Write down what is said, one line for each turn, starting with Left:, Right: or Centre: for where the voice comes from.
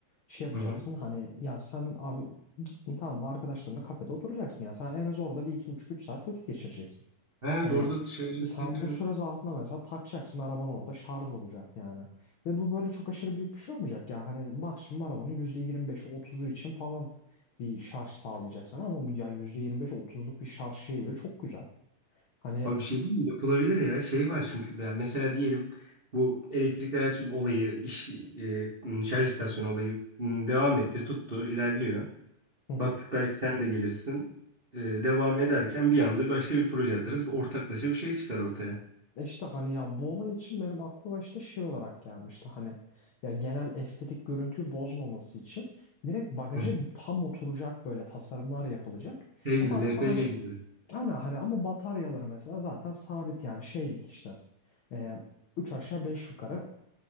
Left: Şey yapacaksın
Right: Hı hı.
Left: hani ya sen abi gittin tamam mı arkadaşlarınla kafede oturacaksın. ya sen en az orada bir iki buçuk üç saat vakit geçireceksin.
Right: Ha, Evet
Left: E,
Right: orada da şarj edilebilir
Left: sen
Right: evet.
Left: bu süre zarfında mesela takacaksın araban orada şarj olacak yani. Ve bu böyle çok aşırı büyük bir şey olmayacak ya. Hani maksimum arabanın %25'i otuzu için falan bir şarj sağlayacaksın. Ama bu ya %25'i otuzluk bir şarj şeyi bile çok güzel. Hani
Right: Abi bir şey değil mi? Yapılabilir ya. Şey var çünkü ya mesela diyelim bu elektrikli araç olayı, iş e, m, şarj istasyonu olayı m, devam etti, tuttu, ilerliyor.
Left: hı hı.
Right: Baktık belki sen de gelirsin. E, devam ederken bir anda başka bir proje atarız. Bir ortaklaşa bir şey çıkar ortaya.
Left: işte hani ya bu olay için benim aklıma işte şey olarak gelmişti. Hani ya genel estetik görüntüyü bozmaması için direkt bagaja
Right: Hı hı.
Left: tam oturacak böyle tasarımlar yapılacak.
Right: Şey
Left: Ama
Right: gibi
Left: aslında
Right: LPG
Left: hani
Right: gibi.
Left: Hani, hani ama bataryaları mesela zaten sabit yani şeylik işte. E, 3 aşağı 5 yukarı